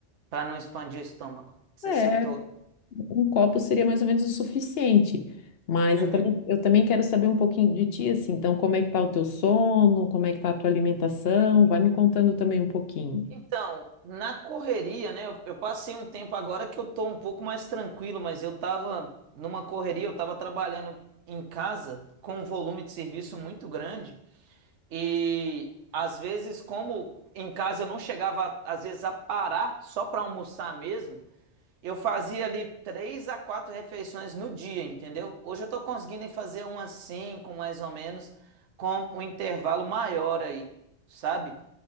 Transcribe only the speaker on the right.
para não expandir o estômago. Você
citou.
Uhum.
Então, na correria, né? Eu, eu passei um tempo agora que eu tô um pouco mais tranquilo, mas eu tava numa correria, eu tava trabalhando em casa com um volume de serviço muito grande e às vezes, como em casa eu não chegava às vezes a parar só para almoçar mesmo, eu fazia ali três a quatro refeições no dia, entendeu? Hoje eu tô conseguindo fazer umas cinco, mais ou menos, com um intervalo maior aí, sabe?